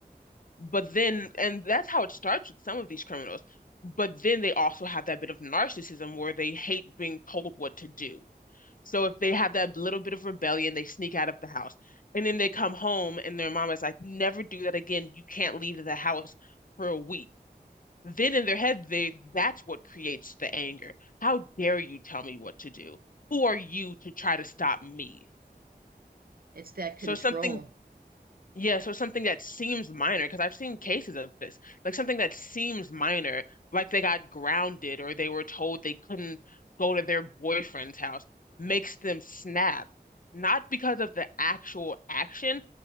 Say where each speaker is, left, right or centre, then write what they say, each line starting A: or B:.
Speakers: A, on the left; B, on the right.
A: But then, and that's how it starts with some of these criminals. But then they also have that bit of narcissism where they hate being told what to do. So if they have that little bit of rebellion, they sneak out of the house. And then they come home and their mom is like, never do that again. You can't leave the house for a week then in their head they that's what creates the anger how dare you tell me what to do who are you to try to stop me
B: It's that
A: so
B: control.
A: something yeah so something that seems minor because I've seen cases of this like something that seems minor like they got grounded or they were told they couldn't go to their boyfriend's house makes them snap not because of the actual action